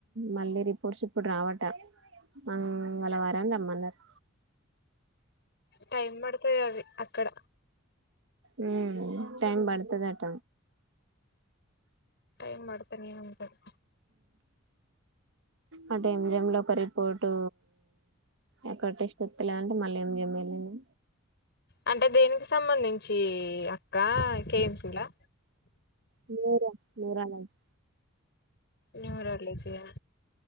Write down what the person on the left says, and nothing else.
టైం పడతాయి అవి అక్కడ
టైం పడతానే ఉంటది
అంటే దేనికి సంబంధించి అక్క కేఎంసీలా
న్యూరాలజీ ఆ